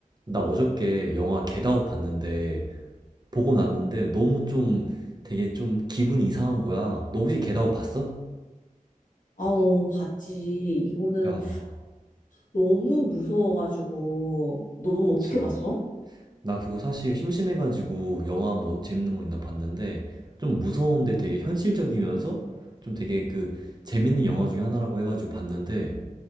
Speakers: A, on the right (about 30°); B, on the left (about 70°).
A: 나 어저께 영화 겟아웃 봤는데 보고 났는데 너무 좀 되게 좀 기분이 이상한 거야. 너 혹시 겟아웃 봤어?
B: 아오, 봤지. 이거는
A: 야,
B: 너무 무서워가지고. 너는
A: 그치.
B: 어떻게 봤어?
A: 나 그거 사실 심심해가지고 영화 뭐 재밌는 거 있나 봤는데 좀 무서운데 되게 현실적이면서 좀 되게 그 재밌는 영화 중에 하나라고 해가지고 봤는데